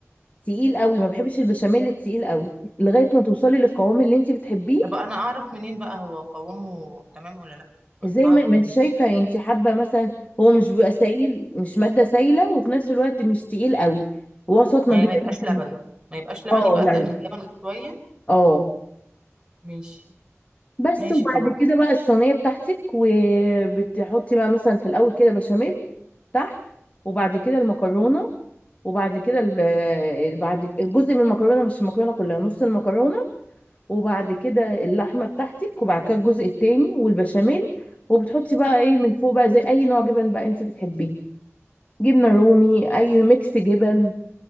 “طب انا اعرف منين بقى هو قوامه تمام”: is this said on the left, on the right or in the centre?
Right